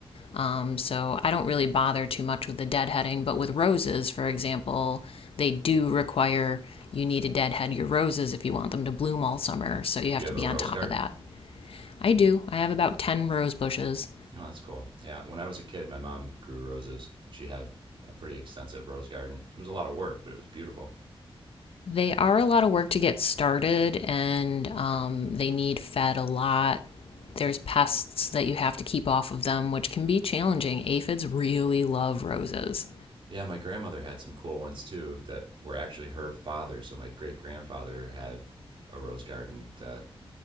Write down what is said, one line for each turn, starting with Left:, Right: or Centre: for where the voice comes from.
Left: Um, so I don't really bother too much with the deadheading, but with roses, for example, they do require you need to deadhead your roses if you want them to bloom all summer. So you
Right: You
Left: have
Right: have
Left: to be
Right: a rose
Left: on top
Right: garden?
Left: of that. I do. I have about 10 rose bushes.
Right: Oh, that's cool. Yeah, when I was a kid, my mom grew roses, and she had a pretty extensive rose garden. It was a lot of work, but it was beautiful.
Left: They are a lot of work to get started and um, they need fed a lot. There's pests that you have to keep off of them, which can be challenging. Aphids really love roses.
Right: Yeah, my grandmother had some cool ones too that were actually her father. So my great grandfather had a rose garden that